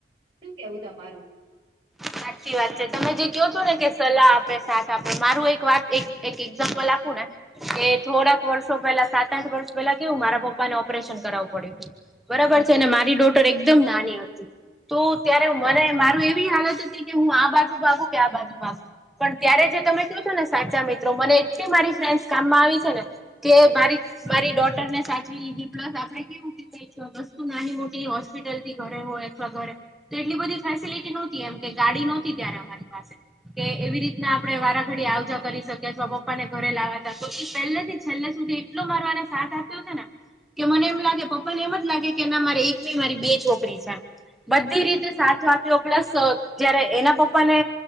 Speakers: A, on the right; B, in the centre.
A: શું કેવું તમારું.
B: સાચી વાત છે તમે જે ક્યો છો ને કે સલાહ આપે સાથ આપે મારું એક વાત એક એક એક્ઝામ્પલ આપું ને કે થોડા વર્ષો પેલા સાત આઠ વર્ષ પેલા કેવું મારા પપ્પાને ઓપરેશન કરાવવું પડ્યું તું. બરાબર છે ને મારી ડોટર એકદમ નાની હતી તો ત્યારે મને મારું એ એવી હાલત હતી કે હું આ બાજુ ભાગું કે આ બાજુ ભાગું પણ ત્યારે જે તમે ક્યો છો ને સાચા મિત્રો મને એટલી મારી ફ્રેન્ડસ કામમાં આવી છે ને કે મારી મારી ડોટર ને સાચવી લીધી પ્લસ આપડે કેવું. વસ્તુ નાની મોટી હોસ્પિટલથી ઘરે હોય અથવા ઘરે તો એટલી બધી ફેસિલટીનો એમ કે ગાડી નહોતી ત્યારે અમારી પાસે કે એવી રીતના આપડે વારાઘડી આવજા કરી શકીએ અથવા પપ્પાને ઘરે લાવાતા તો એ પહેલેથી જ છેલ્લે સુધી એટલો મારો આને સાથ આપ્યો છે ને કે મને એમ લાગે પપ્પાને એમ જ લાગે કે ના મારે એક મારી બે છોકરી છે એમ બધી રીતે સાચો આપ્યો. પ્લસ સ જયારે એના પપ્પા ને